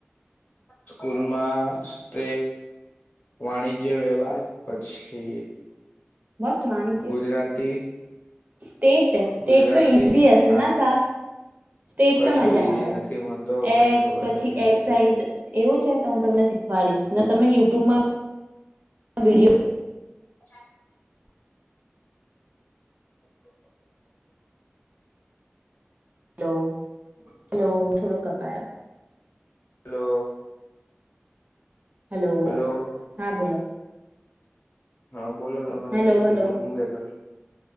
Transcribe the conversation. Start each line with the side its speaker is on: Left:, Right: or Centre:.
Left: સ્કૂલમાં સટ વાણિજ્ય વ્યવહાર છે
Right: વટ વાણિજ્ય
Left: ગુજરાતી
Right: સ્ટેટ સ્ટેટ
Left: ગુજરાતી
Right: તો ઈઝી હશે
Left: હા
Right: ના સાફ સ્ટેટ
Left: કશું
Right: તો મજા
Left: ઈઝી
Right: આવે
Left: નથી મને તો
Right: એક્સ
Left: કઈ ખબર
Right: પછી
Left: નથી પડતી
Right: એક્ સાઇઝ એવું છે તો હું તમને શીખવાડીશ ને તમે યુટ્યુબમાં વિડી
Left: છા
Right: હલો હલો થોડો કપાયો
Left: હલો
Right: હેલો
Left: હલો
Right: હા બોલો <inaudible>
Left: હા બોલો તમે
Right: હલો
Left: કઈ
Right: હલો
Left: યુટ્યુબ નું કેતા.